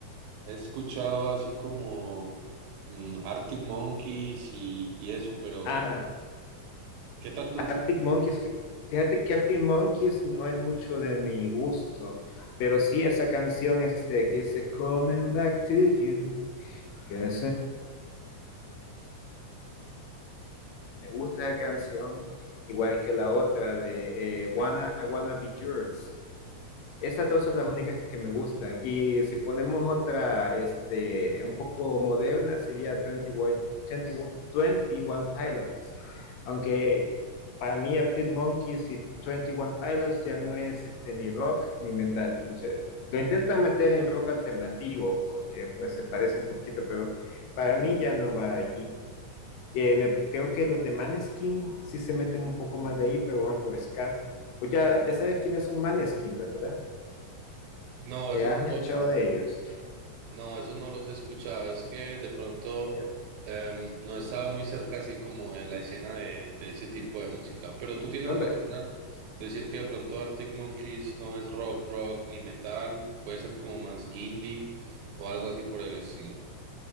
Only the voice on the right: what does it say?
He escuchado así como mm, Arctic Monkeys y, y eso, pero
¿qué tal tú?
No,
esos
no
los,
no, esos no los he escuchado. Es que de pronto
em, no he estado muy cerca así como de la escena de, de ese tipo de música. Pero tú tienes
razón al decir que de pronto Arctic Monkeys no es rock, rock ni metal. Puede ser como más indie o algo así por el estilo.